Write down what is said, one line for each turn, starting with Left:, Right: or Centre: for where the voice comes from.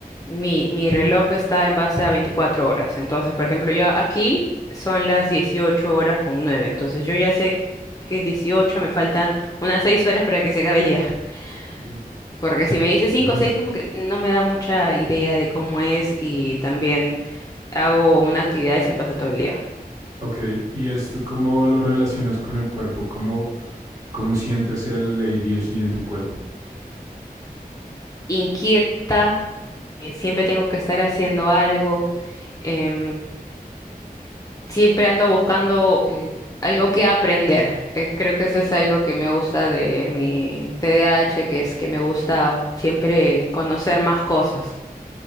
Left: mi, mi reloj está en base a 24 horas. Entonces, por ejemplo, yo aquí son las 18 horas con nueve Entonces, yo ya sé que es dieciocho me faltan unas 6 horas para que se acabe el día.
Right: Ujú.
Left: <laughs> Porque si me dice cinco
Right: Ujú.
Left: o 6 como que no me da mucha idea de cómo es y también hago una actividad y se me pasa todo el día.
Right: Ok, ¿y esto cómo lo relacionas con el cuerpo? ¿Cómo, cómo sientes el ADHD en tu cuerpo?
Left: Inquieta, eh, siempre tengo que estar haciendo algo. em, Siempre ando buscando eh, algo que aprender. Eh, creo que eso es algo que me gusta de mi T D A H, que es que me gusta siempre conocer más cosas.